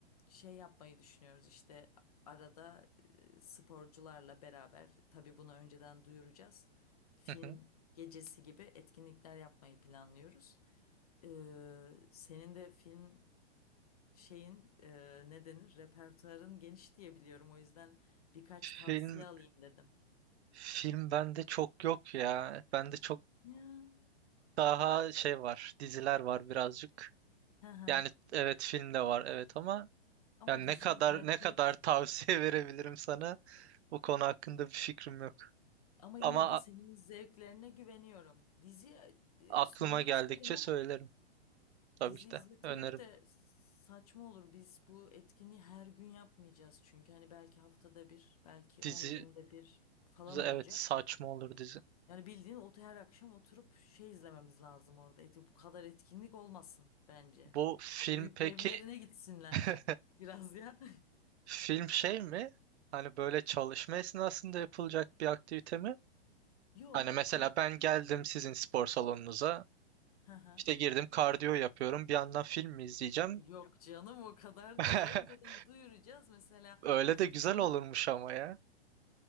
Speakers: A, on the left; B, on the right.
A: şey yapmayı düşünüyoruz işte arada eee, sporcularla beraber tabii bunu önceden duyuracağız. Film
B: hı hı.
A: gecesi gibi etkinlikler yapmayı planlıyoruz. Eee, senin de film şeyin eee, ne denir repertuarın geniş diye biliyorum. O yüzden birkaç tavsiye
B: Film,
A: alayım dedim.
B: film bende çok yok ya. Bende çok
A: Ya.
B: daha şey var. Diziler var birazcık.
A: Hı hı.
B: Yani evet film de var evet ama
A: Ama
B: yani
A: dizi
B: ne kadar
A: izletmek
B: ne kadar tavsiye <laughs> verebilirim sana bu konu hakkında bir fikrim yok.
A: ama yine
B: Ama
A: de
B: a-
A: senin zevklerine güveniyorum. Diziye e,
B: aklıma
A: sormak
B: geldikçe
A: isterim ama
B: söylerim tabii
A: dizi
B: ki de
A: izletmek
B: öneririm.
A: de saçma olur. Biz bu etkinliği her gün yapmayacağız çünkü hani belki haftada bir, belki
B: Dizi
A: 10 günde bir falan
B: evet
A: olacak.
B: saçma olur dizi.
A: Yani bildiğin ot her akşam oturup şey izlememiz lazım orada. Eti bu kadar etkinlik olmasın bence.
B: Bu film
A: Ev-
B: peki
A: evlerine gitsinler
B: <laughs>
A: biraz ya.
B: film şey mi? Hani böyle çalışma esnasında yapılacak bir aktivite mi?
A: <laughs> Yo
B: Hani mesela
A: kulüp.
B: ben geldim sizin spor salonunuza
A: Hı hı.
B: işte girdim kardiyo yapıyorum bir yandan film mi izleyeceğim?
A: Yok canım o kadar
B: <laughs>
A: değil. Önceden duyuracağız. Mesela
B: Öyle
A: hafta
B: de güzel
A: sonu
B: olurmuş ama ya.